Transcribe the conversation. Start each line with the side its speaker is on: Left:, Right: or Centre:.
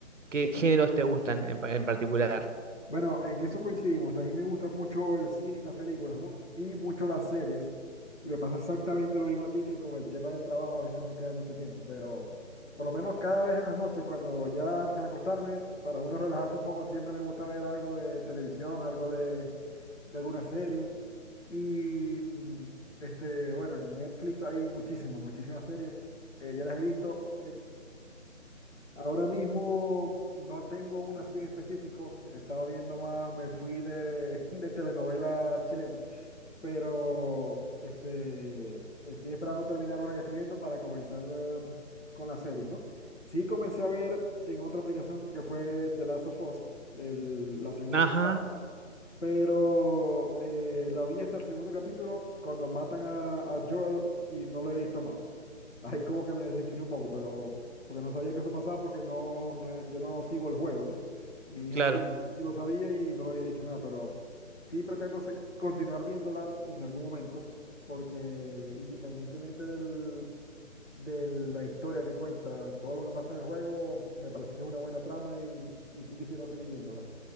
Right: qué géneros te gustan en, pa- en particular?
Left: Bueno, en eso coincidimos. También me gusta mucho el cine y las películas, ¿no? Y mucho las series. Y me pasa exactamente lo mismo a ti que con el tema del trabajo a veces no queda mucho tiempo, pero por lo menos cada vez en las noches, cuando ya antes de acostarme, para uno relajarse un poco, siempre me gusta ver algo de televisión, algo de, de alguna serie. Y mm, este, bueno, en Netflix hay muchísimas, muchísimas series. Eh, ya las he visto. Ahora mismo no tengo una así en específico. Estaba viendo más, me fui de, <laughs> de telenovela chilena. Pero este, estoy esperando terminar una que estoy viendo para comenzar eh, con las series, ¿no? Sí comencé a ver en otra aplicación que fue The Last of Us, el- la segunda
Right: Ajá,
Left: temporada. Pero eh, la vi hasta el segundo capítulo cuando matan a, a Joel y no lo he visto más ahí como que me decepcioné un poco, pero porque no sabía que eso pasaba porque no, no- yo no sigo el juego, ¿no? Mi hija
Right: claro.
Left: sí, sí lo sabía y no me había dicho nada, pero sí pretendo se- continuar viéndola en algún momento, porque independientemente del, de la historia que cuenta, todo lo que pasa en el juego, me parece que es una buena trama y, y sí quisiera seguir viéndola.